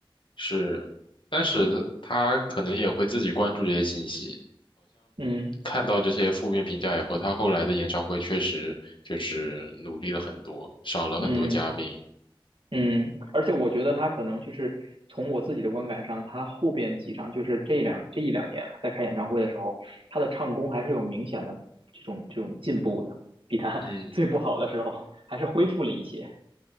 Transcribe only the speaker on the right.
嗯嗯
嗯，嗯，而且我觉得他可能就是从我自己的观感上，他后边几场就是这一两这一两年在开演唱会的时候，他的唱功还是有明显的这种这种进步的，比他
<laughs> 最不好的时候还是恢复了一些。